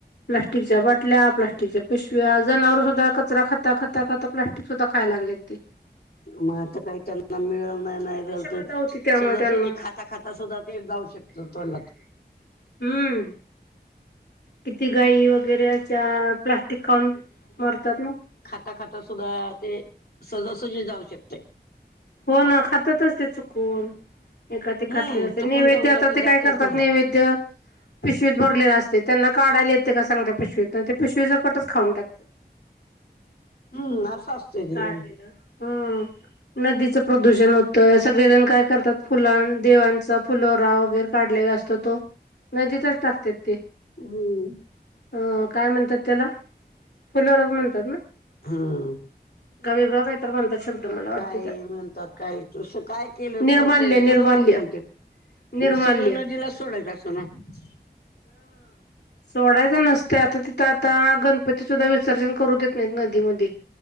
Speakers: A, on the left; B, on the left.
A: प्लास्टिकच्या बाटल्या प्लास्टिकच्या पिशव्या जनावर सुद्धा कचरा खाता खाता खाता प्लास्टिक सुद्धा खायला लागले ते
B: मग आता काही त्यांना मिळल नाही नाही
A: ते
B: झाल
A: विषबाधा
B: तर
A: होती त्यामुळे
B: सजासजी
A: त्यांना
B: खाता खाता सुद्धा ते जाऊ शकतो तड
A: हम्म किती गाई वगैरेच्या प्लास्टिक खाऊन मरतात ना
B: खता खाता सुद्धा ते सजासजी जाऊ शकते
A: हो ना खातातच ते चुकून एिक
B: हम्म
A: घातलेले असते
B: चुकून
A: नैवेद्य
B: का होईना
A: आता ते
B: जातय
A: काय करतात
B: तोंडात.
A: नैवेद्य पिशवीत भरलेला असते त्यांना काढायला येते का सांगत पिशवीत ते पिशवीचा कटच खान टाकतात
B: हम्म नस अस असत र
A: काढलेलं. हम्म नदीचं प्रदूषण होतय सगळेजण काय करतात फुलां देवांचा फुलोरा वगैरे काढले ग असत तो नदीतच टाकत ते
B: हमम
A: अ काय म्हणतात त्याला फुलवार म्हणतात ना
B: हम्म
A: का वेगळं काय तर म्हणताच शब्द मला वाटत
B: काही म्हणतात काही तु काय केलं
A: निर्माल्य
B: तर ते
A: निर्माल्य
B: फुलवरच म्हणतात
A: निर्माल्य
B: सगळं नदीला सोडायचं असं ना <unintelligible>
A: जोडायचं नसते आता तिथं आता पती सुद्धा विसर्जन करू देत नाहीत नदी मध्ये